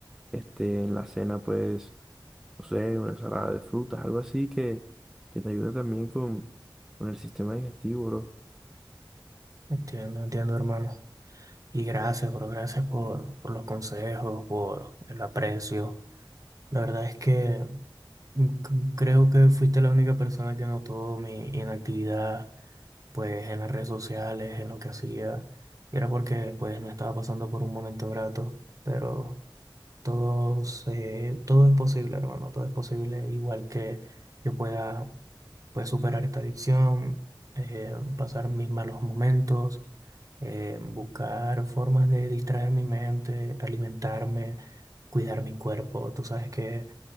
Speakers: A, in the centre; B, on the right (about 40°).
A: Este, en la cena, pues no sé, una ensalada de frutas, algo así que, que te ayude también con, con el sistema digestivo, bro.
B: Entiendo, entiendo, hermano. Y gracias, bro, gracias por, por los consejos, por el aprecio. La verdad es que mm, c- creo que fuiste la única persona que notó mi inactividad, pues en las redes sociales, en lo que hacía. Y era porque pues no estaba pasando por un momento grato, pero todo, se- todo es posible, hermano, todo es posible, igual que yo pueda pues, superar esta adicción, eh, pasar mis malos momentos, eh, buscar formas de distraer mi mente, alimentarme, cuidar mi cuerpo. Tú sabes que